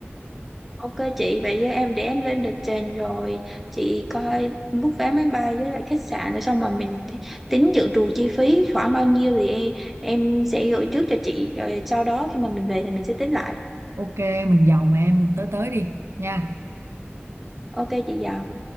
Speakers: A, in the centre; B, on the right.
A: ok chị vậy với em để em lên lịch trình rồi chị coi book vé máy bay với lại khách sạn rồi xong mà mình t- tính dự trù chi phí khoảng bao nhiêu thì em, em sẽ gửi trước cho chị rồi sau đó khi mà mình về thì mình sẽ tính lại
B: Ok, mình giàu mà em, mình tới tới đi nha.
A: ok chị giàu